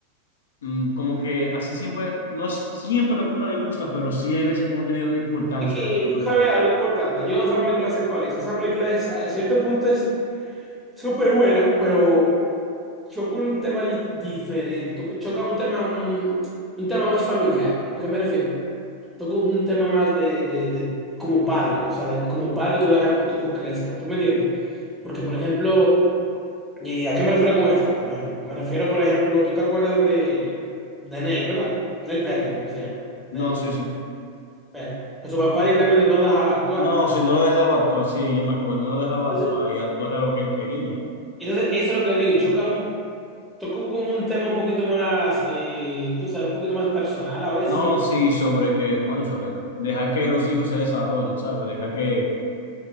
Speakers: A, on the left (about 70°); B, in the centre.
A: mm, como que hace siempre, no es siempre lo que a uno le gusta, pero sí hay veces que uno tiene que darle importancia
B: es que
A: a lo que a uno
B: tú
A: le
B: sabes
A: gusta.
B: algo importante. Yo esa película sé cuál es. Esa película es, a cierto punto es súper buena, pero choca un tema di- diferente. to- Choca un tema, mm, un tema más familiar. ¿A qué me refiero? Toco un tema más de, de- de como padre, o sea, de como padre tú dejar que tu hijo crezca, ¿tú me entiendes? Porque, por ejemplo, ¿y a qué me refiero con esto? Por ejemplo, me refiero, por ejemplo, tú te acuerdas de, de Neil, ¿verdad? Neil Perry, creo que se llama. Neil
A: No, sí,
B: Pe-
A: sí.
B: Perry. Que su papá directamente no lo dejaba actuar.
A: No, sí, no lo dejaba actuar, sí, yo me acuerdo, no lo dejaba actuar
B: Entonces,
A: y actuar era lo que él quería.
B: eso es lo que digo, choca un Toco como un tema un poquito más, eh, tú sabes, un poquito más personal a veces,
A: No,
B: incluso.
A: sí, sobre que, cónchale, deja que los hijos se desarrollen, ¿sabes? Deja que